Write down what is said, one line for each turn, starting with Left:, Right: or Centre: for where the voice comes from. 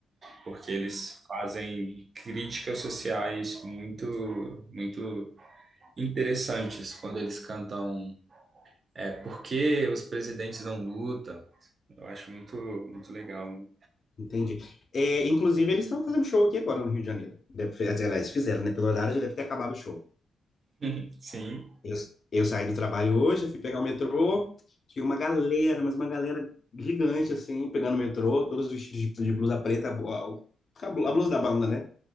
Right: porque eles fazem críticas sociais muito, muito interessantes quando eles cantam é, Por que os presidentes não lutam? Eu acho muito, muito legal.
Left: Entendi. É, inclusive, eles estão fazendo show aqui agora no Rio de Janeiro. Deve, fe- aliás, fizeram, né? Pelo horário já deve ter acabado o show.
Right: <laughs> Sim,
Left: Eu, eu saí do trabalho hoje, fui pegar o metrô. Tinha uma galera, mas uma galera gigante, assim, pegando o metrô, todos vestidos de, de blusa preta, a, bu- a, blu- a blusa da banda, né?